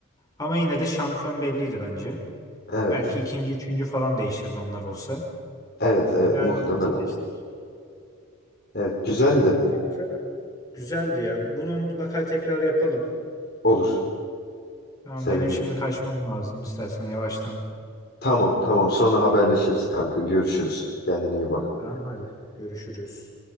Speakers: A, on the left (about 15°); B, on the left (about 45°).
A: Ama yine de şampiyon belliydi bence.
B: Evet,
A: Belki ikinci, üçüncü falan değişirdi onlar olsa.
B: evet, evet
A: Real
B: muhtemelen.
A: Madrid'i seçtik.
B: Evet, güzeldi.
A: Kanka güzeldi ya. Bunu mutlaka tekrar yapalım.
B: Olur.
A: Tamam
B: Sevinirim.
A: benim şimdi kaçmam lazım istersen yavaştan.
B: Tamam, tamam. Sonra haberleşiriz kanka. Görüşürüz. Kendine iyi bak.
A: Tamam hadi görüşürüz.